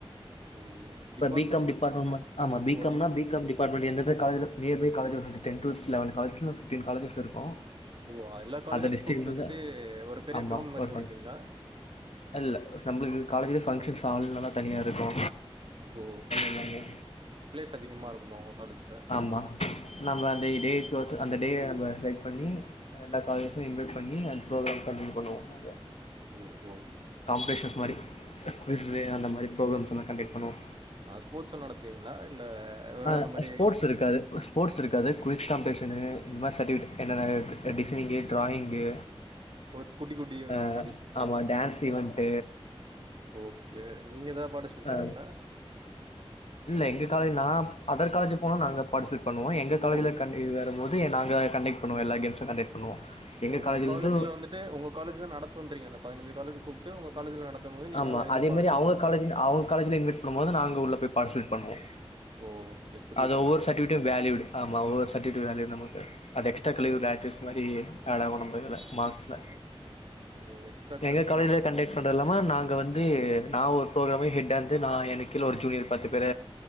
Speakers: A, on the right (about 50°); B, on the left (about 85°).
A: ஓ
B: இப்ப
A: டிபார்ட்மெண்ட்
B: பீ காம் டிப்பார்மெண்ட் மட் ஆம பீ
A: ஓ
B: காம்
A: நீங்க
B: னா பீ காம் டிப் பாரட்மெண்ட் எந்தெந்த காலேஜ்ல நியர் பை காலேஜ்ல வந்து டென் டூ லெவன் காலேஜஸ்லருந்து ஃபிப்டீன் காலஜஸ் இருக்கு
A: இவ்வா எல்லா காலேஜ்ஸு
B: அந்த டிஸ்ட்ரிக்ட்ல
A: கூப்ட்டு
B: இருந்து
A: வச்சு ஒரு பெரிய
B: ஆமா
A: கிரௌண்ட் மாரி
B: ஒரு
A: புடிப்பீங்கங்களா
B: ஃபங்க்ஷன் இல்ல நம்மளுக்கு காலேஜ்லயே பங்க்ஷன்ஸ் ஹால்லா தனியா இருக்கு
A: ஓ
B: எல்லாமே
A: பிளேஸ் அதிகமா இருக்குமா உங்க காலேஜ்ல
B: ஆமா நம்ம அந்த டேக்கு அந்த டே நம்ம செலக்ட் பண்ணி எல்லா காலேஜஸு இன்வைட் பண்ணி அண்ட் ஃப்ரோக்ராம் கண்டெக்ட் பண்ணுவோ நாங்க
A: ம் ம்
B: காம்பெடிஷன்ஸ் மாரி குவிஸ்ஸு அந்த மாரி ஃப்ரோக்ராம்ஸ் எல்லா கண்டெக் பண்ணுவோ
A: ஆ ஸ்போர்ட்ஸு நடத்துவிங்களா இல்ல வெறு
B: ஆ
A: இந்த மாரி
B: ஸ்போர்ட்ஸ் இருக்காது ஸ்போர்ட்ஸ் இருக்காது குவிஸ் காம்பட்டிஷன் இந்த மாரி சர்ட்பிகேட் என்னென்ன டிசைனு ட்ராயிங்கு
A: ஒரு குட்டி குட்டி ஈவென்ட்
B: ஆ
A: மாரி
B: ஆமா டான்ஸ் ஈவென்ட்
A: ஓகே நீங்க எதா பார்ட்டிசிபேட் பண்ணுவீங்களா
B: ஆ இல்ல எங்க காலேஜ்ல நா அதர் காலேஜ் போனா நாங்க பார்ட்டிசிபேட் பண்ணுவோ எங்க காலேஜ்ல
A: ஓ
B: ருந்து வரம்போது நாங்க கண்டெக்ட் பண்ணுவோ எல்லா கேம்ஸூ கண்டெக்ட் பண்ணுவோ எங்க
A: உங்க
B: காலேஜ்லருந்து
A: காலேஜ்ல வந்துட்டு உங்க காலேஜ் தா நடந்துன்றீங்க அந்த பதினஞ்சி காலேஜ் கூப்பிட்டு உங்க காலேஜ்ல நடத்தும் போது நீங்க
B: ஆமா
A: எதுவும்
B: அதே
A: பார்ட்டிசிபேட்
B: மாரி அவுங்க
A: பண்ண
B: காலேஜ்ல
A: மாட்டீங்க
B: அவுங்க காலேஜ்ல இன்வைட் பண்ணும்போது நாங்க உள்ள போயி பார்ட்டிசிபேட் பண்ணுவோ
A: ஓ ஓகே புரியுதா
B: அது ஒவ்வொரு சர்டிஃபிகேட்டும் வேல்யூடு ஆமா ஒவ்வொரு சர்டிபிகேட்டு வேல்யூடு நமக்கு அது எக்ஸ்ட்ரா கரிக்குலர்
A: ஓ
B: ஆகஸ்டில் மாதிரி ஆட் ஆகும்
A: ஓ
B: நம்ம இதுல மார்கஸ்ல
A: ஓ எக்ஸ்ட்ரா
B: எங்க
A: கரிக்குலர்
B: காலேஜ்லயே கண்டெக்ட் பண்றாதுலா நாங்க வந்து நா ஒரு ப்ரோக்ராமுக்கே ஹெட்டா இருந்து நா எனக்கீழ ஒரு ஜூனியர் பத்து பேர